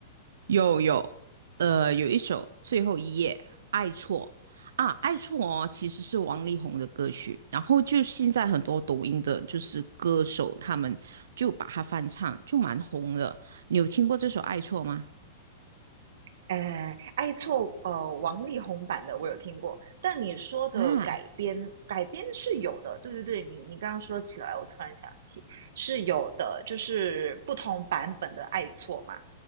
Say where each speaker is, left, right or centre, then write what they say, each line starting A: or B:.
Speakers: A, on the right; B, on the right.
A: 有有，呃，有一首《最后一页》《爱错》啊，《爱错》哦，其实是王力宏的歌曲。然后就现在很多抖音的，就是歌手他们就把它翻唱，就蛮红的。你有听过这首《爱错》吗？
B: 哎，爱错呃，王力宏版的我有听过，但你说的改编改编是有的，
A: 啊，
B: 对对对，你你刚刚说起来，我突然想起是有的，就是不同版本的爱错嘛。